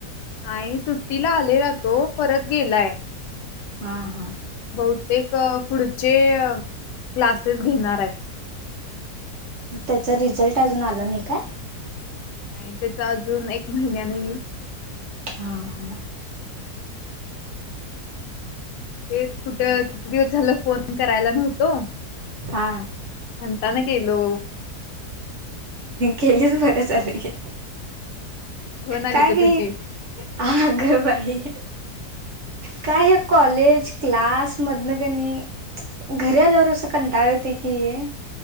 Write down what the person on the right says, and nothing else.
हा, हा
त्याचा रिझल्ट अजून आला नाही काय?
हा, हा
हा.
गेलीस बर झाल घे.
काय ग हे
आग बाई काय हे कॉलेज क्लास मधन कनी घरी आल्यावर असं कंटाळ येतोय की